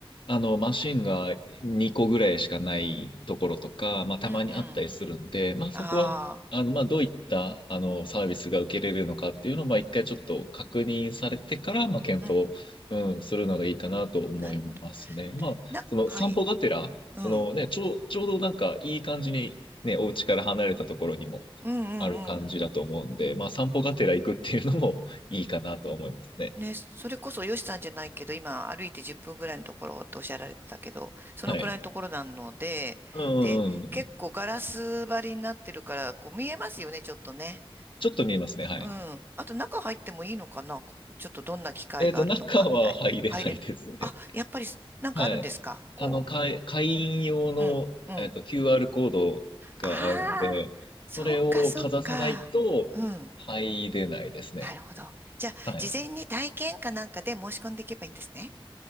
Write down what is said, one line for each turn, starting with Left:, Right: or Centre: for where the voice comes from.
Left: あの、マシンが2個ぐらいしかないところとか、まあ、たまにあったりするんで、
Right: うんうん。
Left: まあ、そこは、
Right: あ
Left: あの、まあ、どういった、あの、サービスが受けれるのかっていうのを、まあ、一回ちょっと確認されてから、まあ、検討、
Right: あ、
Left: うん、するのがいいかなと思いますね。
Right: うん、なるほど。
Left: まあ、
Right: な、
Left: その散歩がてら、
Right: はい。うん。
Left: そのね、ちょう、ちょうどなんかいい感じに、ね、お家から離れたところにもある感じだと思うんで、
Right: うんうんうん。
Left: まあ、散歩がてら行くっていうのも、いいかなと思いますね。
Right: ね、それこそヨシさんじゃないけど、今歩いて10分ぐらいのところっておっしゃられてたけど、そのくらいのところなので、
Left: はい。うんうんうん。
Right: で、結構ガラス張りになってるから、こう見えますよね、ちょっとね。
Left: ちょっと見えますね。はい。
Right: うん。あと中入ってもいいのかなこうちょっとどんな機会があるのかみたいな。
Left: えっと、中は入れないですね。
Right: 入れない。あ、やっぱりなんかあるんですかこ
Left: はい。あの、会、会員用の、
Right: う。うん、うん。
Left: えっと、QR コードがあるので、
Right: ああ、そうか、
Left: それをかざさないと入れないですね。
Right: そうか。うん。なるほど。じゃあ、
Left: はい。
Right: 事前に体験かなんかで申し込んでいけばいいんですね。